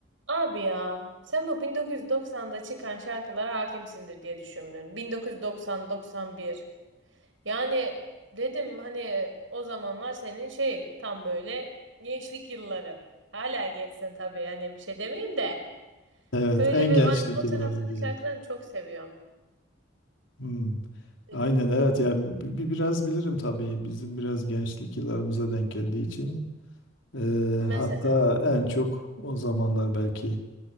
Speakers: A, on the right (about 80°); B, on the left (about 80°).
A: Abi ya sen bu 1990'da çıkan şarkılara hakimsindir diye düşündün. 1990-91. Yani dedim hani o zamanlar senin şey tam böyle gençlik yılların. Hala geçsin tabii yani bir şey demeyeyim de.
B: Evet,
A: Böyle
B: en
A: bir
B: gençlik
A: o, o
B: yıllarım
A: tarafta da
B: diyelim.
A: şarkılarını çok seviyorum.
B: Hmm,
A: Dedi.
B: Aynen evet ya bi- bi- biraz bilirim tabii bizim biraz gençlik yıllarımıza denk geldiği için. Ee,
A: Mesela.
B: hatta en çok o zamanlar belki